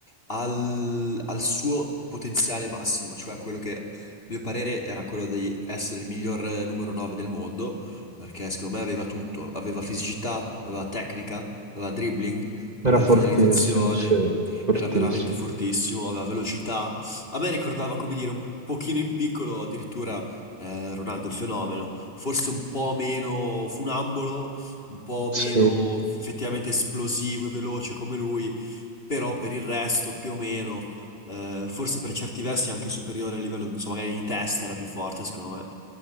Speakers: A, on the left; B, on the right.
A: al, al suo potenziale massimo, cioè quello che a mio parere era quello di essere il miglior eh, numero 9 del mondo, perché secondo me aveva tutto, aveva fisicità, aveva tecnica, aveva dribbling, aveva
B: Era fortissimo,
A: finalizzazione,
B: sì, fortissimo.
A: era veramente fortissimo, aveva velocità. A me ricordava, come dire, un pochino in piccolo addirittura eh, Ronaldo il fenomeno, forse un po' meno funambolo, un po'
B: Sì,
A: meno effettivamente esplosivo e veloce come lui però per il resto più o meno, eh, forse per certi versi anche superiore a livello, non so, magari di testa era più forte secondo me.